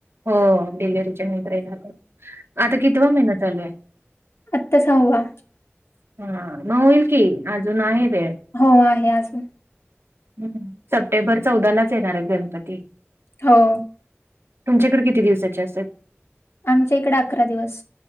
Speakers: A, on the right; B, on the left.
A: हो डिलेवरीच्या नंतर येणार. आता कितवा महिना चालू आहे.
B: आत्ता सहावा.
A: हा मग होईल की अजून आहे वेळ.
B: हो आहे अजून
A: हम्म सप्टेंबर चौदालाच येणार आहेत गणपती.
B: हो.
A: तुमच्याकडे किती दिवसाचे असतात.
B: आमच्या इकडे अकरा दिवस.